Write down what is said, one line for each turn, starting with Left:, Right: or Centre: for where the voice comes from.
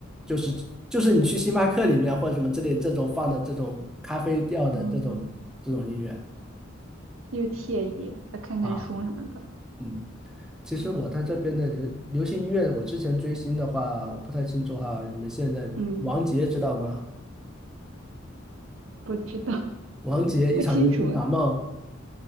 Centre: 就是就是你去星巴克里面或者什么之类这种放的这种咖啡调的这种这种音乐
Right: 嗯，又惬意，还看看书什么的，
Centre: 啊，嗯。其实我在这边的流流行音乐，
Right: 对，
Centre: 我之前追星的话，我不太清楚哈。你们现在王杰知道吗？
Right: 嗯，不知道
Centre: 王杰一场游戏一场梦。
Right: <laughs> 不清楚，